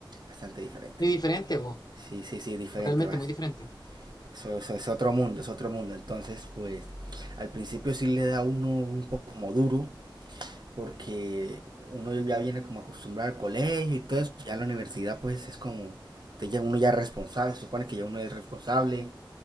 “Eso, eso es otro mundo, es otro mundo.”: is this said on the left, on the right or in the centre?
Right